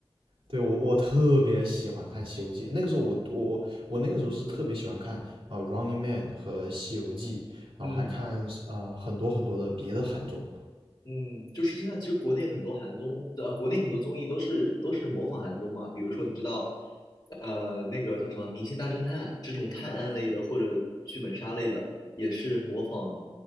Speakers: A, on the right; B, on the left.
A: 对，我我特别喜欢看《西游记》，那个时候我我我我那个时候是特别喜欢看啊、Running Man》和《西游记》，然后还看啊很多很多的别的韩综。
B: 嗯嗯，就是现在其实国内很多韩综，呃，国内很多综艺都是都是模仿韩综嘛，比如说你知道，呃，那个叫什么《明星大侦探》这种探案类的或者剧本杀类的，也是模仿